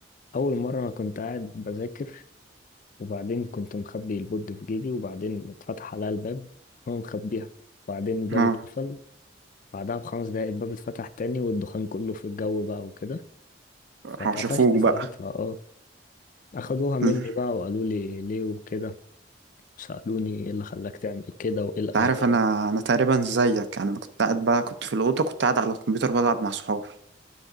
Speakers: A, on the left; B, on the right.
A: اول مره انا كنت قاعد بذاكر وبعدين كنت مخبي البود في جيبي وبعدين اتفتح عليا الباب وانا مخبيها وبعدين الباب
B: اه
A: اتقفل بعدها بخمس دقايق الباب اتفتح تاني والدخان كله في الجو بقى وكده
B: راحوا
A: فاتقفشت
B: شافوك
A: ساعتها
B: بقى
A: اه اخدوها مني
B: مم.
A: بقى وقالوا لي ليه وكده سألوني ايه اللي خلاك تعمل كده وايه الاسباب
B: انت عارف انا انا تقريبا زيك يعني انا كنت قاعد بقى كنت في الاوضه كنت قاعد على الكمبيوتر بلعب مع صحابي